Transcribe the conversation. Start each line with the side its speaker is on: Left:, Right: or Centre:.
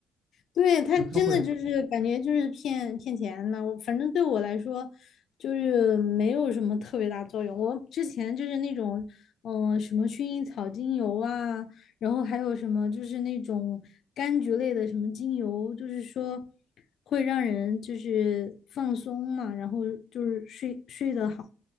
Left: 对，他真的就是感觉就是骗骗钱的，
Right: 就它会
Left: 我反正对我来说就是没有什么特别大作用。我之前就是那种嗯、呃什么薰衣草精油啊，然后还有什么就是那种柑橘类的什么精油，就是说会让人就是放松嘛，然后就是睡睡得好。